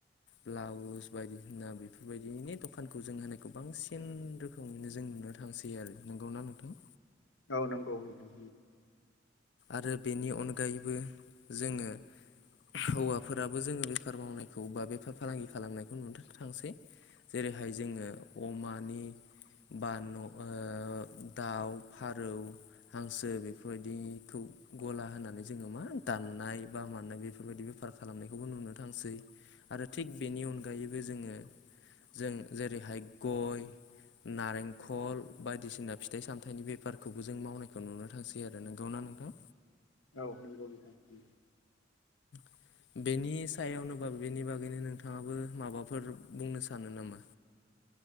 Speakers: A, on the left (about 65°); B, on the left (about 85°).
A: ब्लाउस बायदिसिना बेफोरबायदिनि दखानखौ जों होनायखौ बांसिन रो खोमैनो जों नुनो थांसै आरो नंगौना नोंथां?
B: औ नंगौ नोंथां
A: आरो बेनि अनगायैबो जोङो हौवाफोराबो जोङो बेफार मावनायखौ बा बेफार फालांगि खालामनायखौ नुनो थांसै। जेरैहाय जोङो अमानि बा न' ओ दाउ फारौ हांसो बेफोरबायदिखौ गला होनानै जोङो मा दाननाय बा मानाय बे फोरबायदि बेफार खालामनायखौबो नुनो थांसै आरो थिग बेनि अनगायैबो जोङो जों जेरैहाय गय नारेंखल बायदिसिना फिथाइ सामथाइनि बेफारखौबो जों मावनायखौ नुनो थांसै आरो नोंगौना नोंथां?
B: औ नंगौ नोंथां नंगौ।
A: <inaudible> बेनि सायावनो बा बेनि बागैनो नोंथाङाबो माबाफोर बुंनो सानो नामा?